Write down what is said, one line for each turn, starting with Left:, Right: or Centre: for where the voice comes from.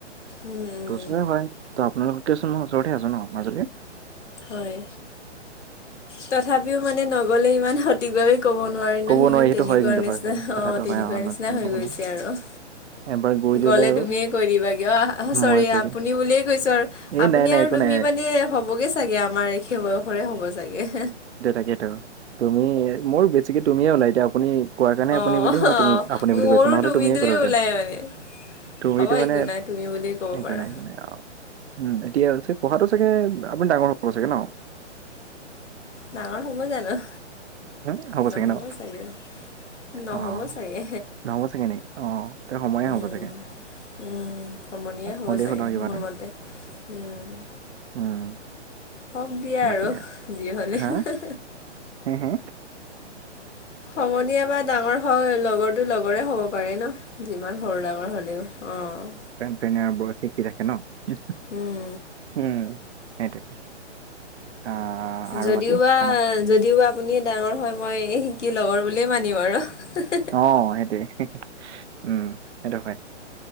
Left: উম। উম
Right: তো ওচৰে হয়, তো আপোনালোকতকে চোন মই ওচৰতে আছোঁ ন' মাজুলী।
Left: হয়, তথাপিও মানে নগ'লে ইমান সঠিকভাৱে ক'ব নোৱাৰি
Right: ক'ব
Left: নহয়,
Right: সেইটো
Left: তেনেকুৱা
Right: হয় কিন্তু
Left: নিচিনা
Right: হয় হয় কথাটো
Left: অঁ তেনেকুৱা
Right: হয় অ ন
Left: নিচিনা
Right: হেৰি
Left: হৈ
Right: ক'ব
Left: গৈছে
Right: নোৱাৰি
Left: আৰু।
Right: এবাৰ গৈ
Left: গ'লে
Right: দিলে আৰু
Left: তুমিয়ে কৈ দিবা কিয় অ' চৰি
Right: মই কৈ
Left: আপুনি
Right: দিম
Left: বুলিয়েই কৈছো আৰু।
Right: এই
Left: আপুনি
Right: নাই নাই
Left: আৰু
Right: একো
Left: তুমি
Right: নাই
Left: মানে হ'বগৈ চাগে, আমাৰ একে বয়সৰে হ'ব চাগে।
Right: তাকেইতো তুমি মোৰ বেছিকে তুমিয়ে ওলাই এতিয়া আপুনি কোৱা কাৰণে
Left: অ',
Right: আপুনি বুলি মই আপুনি বুলি
Left: মোৰো
Right: কৈছো নহ'লে
Left: তুমিটোৱে
Right: তুমিয়ে ক'লো হেঁতেন।
Left: ওলাই মানে।
Right: তুমিতো
Left: হ'ব একো
Right: মানে,
Left: নাই তুমি বুলি ক'ব
Right: সেইকাৰণে
Left: পাৰা।
Right: সেইকাৰণে আও। উম, এতিয়া পঢ়াতো চাগে আপুনি ডাঙৰ হ'ব চাগে ন।
Left: ডাঙৰ হ'ব জানো।
Right: উম হ'ব
Left: নহ'ব
Right: চাগে ন'।
Left: চাগে, নহ'ব
Right: অঁ'
Left: চাগে।
Right: নহ'ব চাগে নি? অঁ' তে সময়ে
Left: উম,
Right: হ'ব চাগে।
Left: উম, সমনীয়া হ'ব
Right: হ'লেই
Left: চাগে
Right: হ'ল আৰু কিবা
Left: মোৰ
Right: এটা।
Left: মতে উম।
Right: উম।
Left: হওঁক দিয়া আৰু
Right: বাকী
Left: যি হ'লেও।
Right: হা? হে হে।
Left: সমনীয়া বা ডাঙৰ হয় লগৰটো লগৰে হ'ব পাৰে ন। যিমান সৰু ডাঙৰ হ'লেও অঁ'।
Right: প্ৰেন ফেনে আৰু বয়সে কি ৰাখে ন'।
Left: উম।
Right: উম, সেইটোৱে। আহ আৰু
Left: যদিওবা
Right: বাকী খানা?
Left: যদিওবা আপুনিয়ে ডাঙৰ হয় মই কি লগৰ বুলিয়ে মানিম আৰু।
Right: অঁ, সেইটোৱে উম। সেইটো হয়,